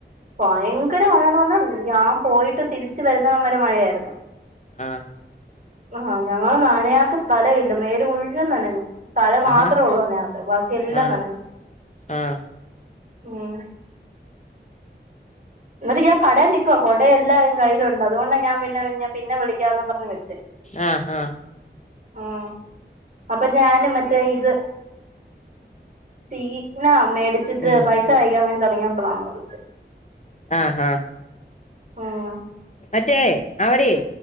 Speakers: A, on the right; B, on the left.
A: ഭായിങ്കര മഴയെന്ന് പറഞ്ഞ ഞാൻ പോയിട്ട് തിരിച്ച വരുന്ന ന്നിടം വരെ മഴയായിരുന്നു
B: ആഹ്
A: ആഹ് ഞാന് ഞാൻ നനയാത്ത സ്ഥലവില്ല മേല് മുഴുവൻ നനഞ്ഞു തല മാത്രേ
B: ആഹാ
A: ഒള്ളൂ നനയാത്തെ ബാക്കി എല്ലാം
B: ആ
A: നനഞ്ഞു
B: ആ
A: മ്മ് എന്നിട്ട് ഞാൻ കടെ നിക്കുവ കൊട എല്ലാം കയ്യിലൊണ്ട് അതുകൊണ്ടാ ഞാൻ പിന്നെ പിന്നെ വിളിക്കാന്നും പറഞ്ഞ് വെച്ചേ
B: ആഹ് ആഹ്
A: ആ അപ്പ ഞാന് മറ്റേ ഇത് സീറ്റ്നാ മേടിച്ചിട്ട്
B: ഉം
A: പൈസ അയക്കാൻ വേണ്ടി തുടങ്ങിയപ്പോളമ്മ വിളിചെ
B: ആഹ് ആഹ്
A: ആഹ്
B: മറ്റേ അവിടെയെ